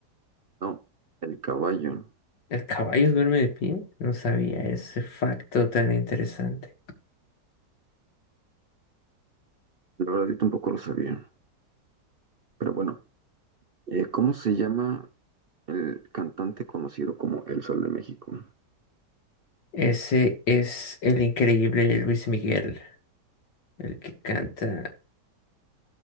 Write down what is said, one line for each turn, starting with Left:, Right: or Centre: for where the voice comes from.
Right: No, el caballo.
Left: El caballo duerme de pie. No sabía ese facto tan interesante.
Right: La verdad, yo tampoco lo sabía. Pero bueno, eh, ¿cómo se llama el cantante conocido como El Sol de México?
Left: Ese es el increíble Luis Miguel, el que canta